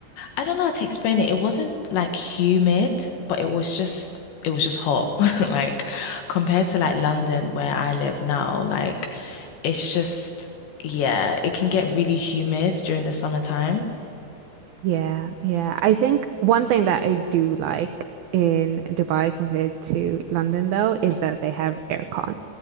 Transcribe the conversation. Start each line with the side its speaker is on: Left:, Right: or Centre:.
Left: I don't know how to explain it. It wasn't like humid, but it was just, it was just hot. <laughs> Like, compared to like London where I live now, like, it's just, yeah, it can get really humid during the summertime.
Right: Yeah, yeah. I think one thing that I do like in Dubai compared to London though is that they have aircon.